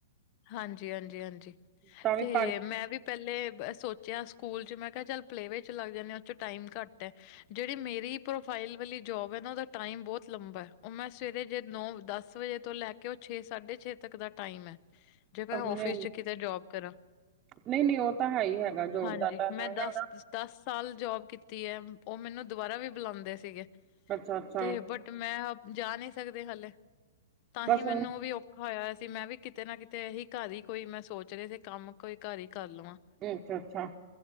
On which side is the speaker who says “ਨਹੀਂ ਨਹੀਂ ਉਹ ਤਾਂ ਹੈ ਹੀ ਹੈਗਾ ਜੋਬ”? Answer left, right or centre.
Right